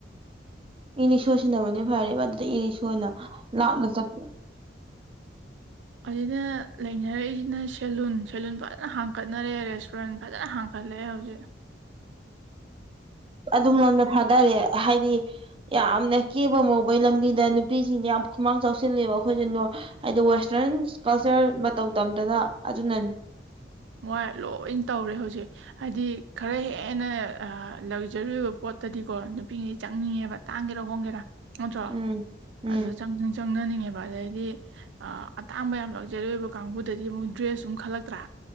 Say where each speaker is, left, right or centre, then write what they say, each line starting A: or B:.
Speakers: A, on the right; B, on the right.
A: ꯏꯂꯤꯁꯣ ꯁꯤꯅꯕꯨꯗꯤ ꯐꯔꯦꯕ ꯑꯗꯨꯗ ꯏꯔꯤꯛꯁꯣꯅ ꯂꯥꯞꯅ ꯆꯠ
B: ꯑꯁꯤꯅ ꯂꯩꯅꯔꯛꯏꯁꯤꯅ ꯁꯦꯂꯨꯟ ꯁꯦꯂꯨꯟ ꯐꯖꯅ ꯍꯥꯡꯀꯠꯅꯔꯦ ꯔꯦꯁꯇꯨꯔꯦꯟ ꯐꯖꯅ ꯍꯥꯡ ꯒꯠꯂꯦ ꯍꯧꯖꯤꯛ
A: ꯑꯗꯨꯝꯔꯣꯝꯗ ꯊꯥꯗꯔꯦ ꯍꯥꯏꯗꯤ ꯌꯥꯝꯅ ꯀꯦꯕ ꯃꯧꯕꯩ ꯂꯝꯕꯤꯗ ꯅꯨꯄꯤꯁꯤꯡꯁꯦ ꯌꯥꯝ ꯈꯨꯃꯥꯡ ꯆꯥꯎꯁꯤꯜꯂꯦꯕ ꯑꯦꯈꯣꯏꯁꯦ ꯅꯣꯔ ꯍꯥꯏꯗꯤ ꯋꯦꯁꯇ꯭ꯔꯟ ꯀꯜꯆꯔ ꯃꯇꯧ ꯇꯝꯗꯅ ꯑꯗꯨꯅꯅꯤ
B: ꯃꯣꯏ ꯂꯣꯏ ꯇꯧꯔꯦ ꯍꯧꯖꯤꯛ ꯍꯥꯏꯗꯤ ꯈꯔ ꯍꯦꯟꯅ ꯑ ꯂꯛꯖꯔꯤ ꯑꯣꯏꯕ ꯄꯣꯠꯇꯗꯤꯀꯣ ꯅꯨꯄꯤꯉꯩ ꯆꯪꯅꯤꯡꯉꯦꯕ ꯇꯥꯡꯒꯦꯔ ꯍꯣꯡꯒꯦꯔ ꯅꯠꯇ꯭ꯔꯣ
A: ꯎꯝ ꯎꯝ
B: ꯑꯗꯨꯗ ꯆꯪ ꯆꯪꯅꯅꯤꯡꯉꯦꯕ ꯑꯗꯩꯗꯤ ꯑ ꯑꯇꯥꯡꯕ ꯌꯥꯝ ꯂꯛꯖꯔꯤ ꯑꯣꯏꯕ ꯀꯥꯡꯕꯨꯗꯗꯤ ꯑꯃꯨꯛ ꯗ꯭ꯔꯦꯁꯁꯨ ꯑꯝ ꯈꯜꯂꯛꯇ꯭ꯔ